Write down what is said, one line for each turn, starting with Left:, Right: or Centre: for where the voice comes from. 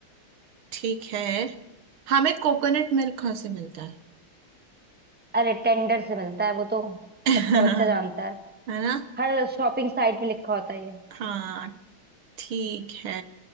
Right: ठीक है हमें कोकोनट मिल्क कहाँ से मिलता है
Centre: अरे टेंडर से मिलता है वो तो
Right: <laughs>
Centre: बच्चा बच्चा जानता है
Right: है ना
Centre: हर शॉपिंग साइट में लिखा होता है ये
Right: हाँ ठीक है